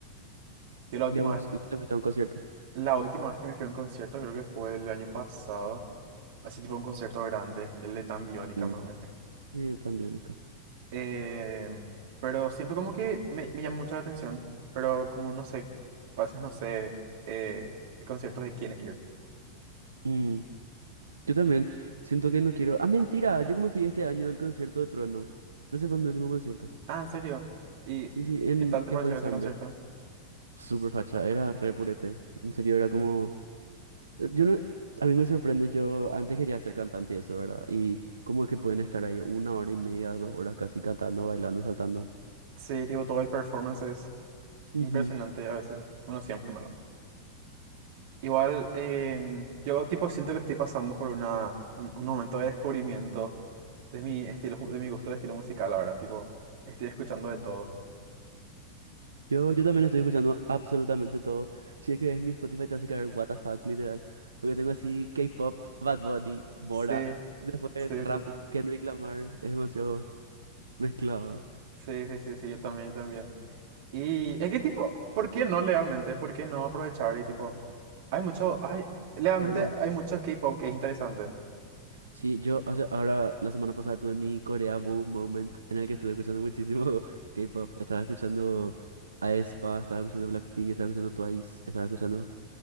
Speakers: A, on the right; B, on the right.
A: Yo la última
B: ¿Y a vos?
A: vez
B: ¿Y vos te fuiste a un concierto?
A: La última vez que me fui a un concierto creo que fue el año pasado, así tipo un concierto grande, el de Tan Biónica
B: Mm.
A: me, me fui.
B: Eh, también acá.
A: Eh, pero siempre como que me, me llama mucho la atención, pero como no sé, a veces no sé eh, conciertos de quién es Here.
B: Mm, Yo también siento que no quiero... Ah, mentira, yo como fui este año al concierto de Trueno. Ese fue mi último concierto.
A: Ah, ¿en serio? ¿Y
B: Sí, sí, en...
A: qué tal te
B: que
A: pareció
B: fue en
A: ese
B: Samber.
A: concierto?
B: Súper facha, era re purete. En serio, era como... Eh, Yo no- a mí me sorprende, yo antes quería ser cantante y eso, ¿verdad? Y cómo es que pueden estar ahí una hora y media, dos horas casi cantando, bailando, saltando.
A: Sí, tipo todo el performance es
B: Ujú.
A: impresionante a veces, bueno, siempre malo. Igual, eh, yo tipo siento que estoy pasando por una, un, un momento de descubrimiento de mi estilo, mu- de mi gusto de estilo musical ahora, tipo, estoy escuchando de todo.
B: Yo, yo también estoy escuchando absolutamente todo. Si es que ves mi Spotify te hace caer what the fuck, literal. Porque tengo así K-pop, Bad Bunny, Mora,
A: Sí,
B: después
A: sí,
B: rap,
A: sí, sí,
B: Kendrick Lamar, es demasiado mezclado,
A: sí, sí, sí, sí, yo también, yo también. Y es que tipo, ¿por qué no legalmente? ¿Por qué no aprovechar? Y tipo, hay mucho, hay, legalmente
B: claro.
A: hay mucho K-pop que es interesante.
B: Sí, yo, o sea, ahora la semana pasada tuve mi Corea Boo moment en el que estuve escuchando muchísimo <laughs> K-pop. Estaba escuchando aespa, estaba escuchando Blackpink, estaba escuchando Twice, estaba escuchando